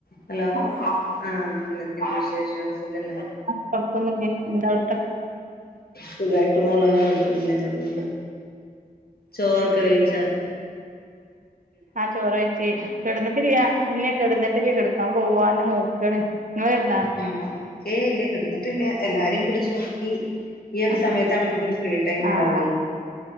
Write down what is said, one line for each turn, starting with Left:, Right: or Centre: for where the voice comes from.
Left: ഹലോ ആഹ എന്തൊക്കെയ വിശേഷം സുഖല്ലേ
Right: പ്പ <unintelligible> എന്ത <unintelligible>
Left: സുഖയിട്ട് പോണ കുഴപ്പന്നില്ല ഞതുകൊണ്ട് ചോറൊക്കെകഴിച്ചാ
Right: ആ ചോറ് വെച്ചി കിടന്നിട്ടില്ല ഇല്ല കിടന്നിട്ടിരിയാ കെടക്കാൻ പോവാന്ന് നോക്കാണ് <unintelligible> വരുന്നാ
Left: <inaudible> ഏ ഇല്ല കിടുന്നിട്ടില്ല എല്ലാരെയും പിടിച്ച നോക്കി ഈ ഒരു
Right: ആഹ്
Left: സമയത്താണ് നമുക്കൊരു ഫ്രീ ടൈം ഉണ്ടാവേ
Right: ആഹ്